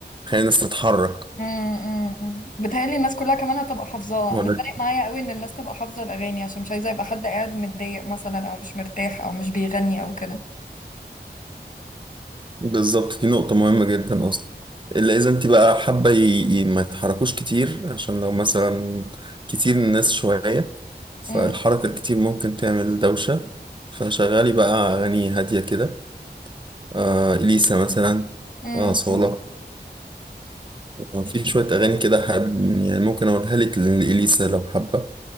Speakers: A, on the right; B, on the left.
A: خلي الناس تتحرك
B: امم امم، امم. بتهيألي الناس كلها كمان هتبقى حافظاها
A: ولا
B: انا فارق معايا قوي ان الناس تبقى حافظة الاغاني عشان مش عايزة يبقى حد قاعد متضايق مثلا او مش مرتاح او مش بيغني او كده
A: بالظبط دي نقطة مهمة جدا أصلا إلا إذا أنت بقى حابة ي... ي- ما يتحركوش كتير عشان لو مثلا كتير الناس شوية فالحركة
B: امم
A: الكتير ممكن تعمل دوشة فشغالي بقى أغاني هادية كده آه إليسا مثلا
B: امم
A: آه صولة
B: امم.
A: آه، في شوية أغاني كده حب يعني ممكن أقولها لك لإليسا لو حابة